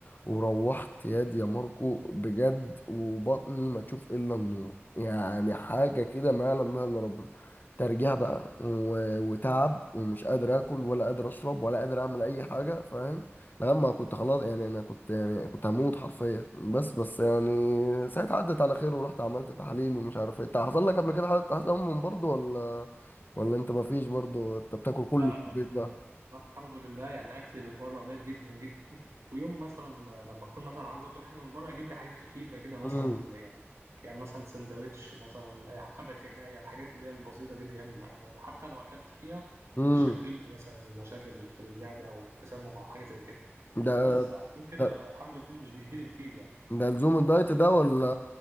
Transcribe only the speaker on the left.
وروحت ياد يا ماركو بجد وبطني ما تشوف الا النور يعني حاجه كده ما يعلم بها الا ربنا ترجيع بقى و... وتعب ومش قادر اكل ولا قادر اشرب ولا قادر اعمل اي حاجه فاهم لما كنت خلاص يعني انا كنت يعني كنت هموت حرفيا بس بس يعني ساعتها عدت على خير ورحت عملت تحاليل ومش عارف ايه انت حصل لك قبل كده حاله تحت من برضه ولا ولا انت ما فيش برضه انت بتاكل كله
في البيت بقى
امم
امم
ده
ده
ده لزوم الدايت ده ولا